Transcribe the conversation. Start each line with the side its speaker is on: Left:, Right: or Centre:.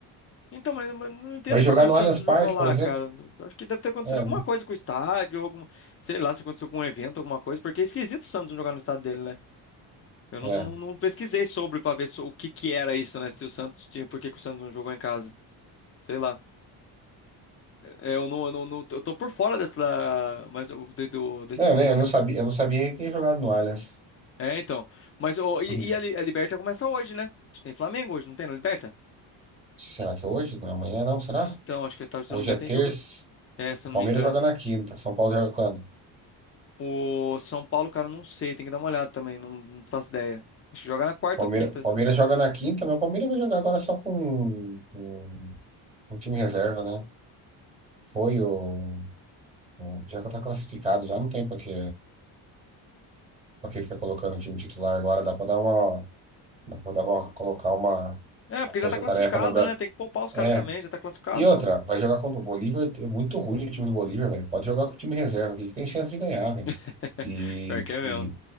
Left: Então, mas, mas não entendo
Right: Vai jogar
Left: por que o
Right: no
Left: Santos
Right: Allianz Parque,
Left: jogou lá,
Right: por exemplo?
Left: cara. Acho que deve ter acontecido
Right: É,
Left: alguma coisa com o estádio, alguma, sei lá, se aconteceu algum evento, alguma coisa, porque é esquisito o Santos jogar no estádio dele, né? Eu não,
Right: é, é.
Left: não- não pesquisei sobre pra ver so- o que que era isso, né? Se o Santos tinha, por que que o Santos não jogou em casa? Sei lá. É, Eu não, eu não, não- eu tô por fora dessa, mas eu, de- do- desse,
Right: Não, eu
Left: desse
Right: eu não sabia, eu não sabia que tinha jogado no Allianz.
Left: É, então. Mas ô, e,
Right: <clears throat>
Left: e a, Li- a Liberta começa hoje, né? Acho que tem Flamengo hoje, não tem na Liberta?
Right: Será que é hoje? Não é amanhã, não? Será?
Left: Então, acho que tá- se
Right: Hoje
Left: eu não me engano,
Right: é
Left: tem
Right: terça.
Left: jogo. É, se
Right: O
Left: eu não
Right: Palmeiras
Left: me engano.
Right: joga na quinta. São Paulo joga quando?
Left: O São Paulo, cara, não sei, tem que dar uma olhada também, não, não faço ideia. Acho que joga na quarta
Right: Palmeiras
Left: ou quinta
Right: Palmeiras,
Left: também.
Right: joga na quinta, mas o Palmeiras vai jogar agora só com, com, com o time reserva, né? Foi o, o- Já que tá classificado, já não tem pra que, pra que ficar colocando o time titular agora. Dá pra dar uma. Mandava colocar uma,
Left: É,
Right: uma
Left: porque
Right: força-tarefa
Left: já tá classificado,
Right: no Brasil.
Left: né? Tem que poupar os
Right: É.
Left: caras também, já tá classificado,
Right: E outra,
Left: pô.
Right: vai jogar contra o Bolívar. É muito ruim o time do Bolívar, velho. Pode jogar com o time reserva, que ele tem chance de ganhar, velho.
Left: <laughs>
Right: E,
Left: Pior que é mesmo.
Right: e,